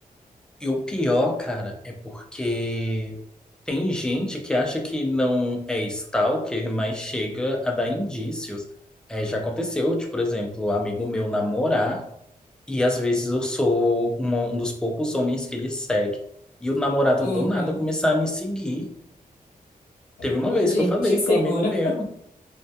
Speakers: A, in the centre; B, on the left (about 70°).
A: e o pior, cara, é porque tem gente que acha que não é stalker, mas chega a dar indícios. É, já aconteceu, de, por exemplo, um amigo meu namorar, e às vezes eu sou uma- um dos poucos homens que ele segue. E o namorado
B: Uhum.
A: do nada começar a me seguir. Teve uma
B: Hum,
A: vez
B: Gente
A: que eu falei
B: insegura.
A: para um amigo meu.